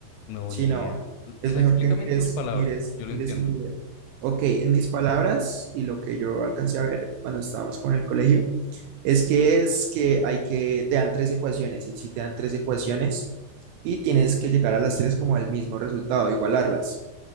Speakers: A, on the left; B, on the right.
A: no,
B: Si
A: ni
B: no,
A: idea. O
B: es
A: sea,
B: mejor
A: explícame
B: que mires,
A: en tus palabras,
B: mires,
A: yo lo
B: mires
A: entiendo.
B: un video. Ok, en mis palabras y lo que yo alcancé a ver cuando estábamos con el colegio, es que es que hay que, te dan tres ecuaciones, y si te dan tres ecuaciones y tienes que llegar a las tres como al mismo resultado, igualarlas.